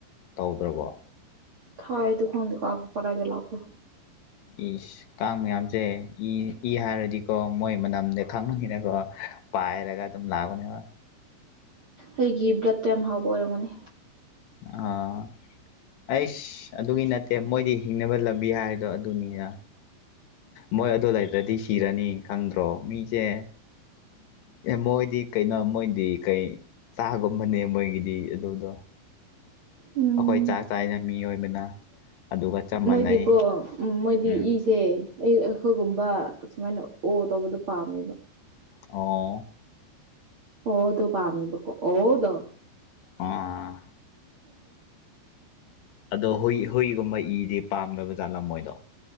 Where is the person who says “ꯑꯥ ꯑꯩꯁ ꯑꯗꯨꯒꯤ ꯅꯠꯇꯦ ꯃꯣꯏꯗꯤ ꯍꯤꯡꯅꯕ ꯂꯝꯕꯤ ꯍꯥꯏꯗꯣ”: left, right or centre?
Left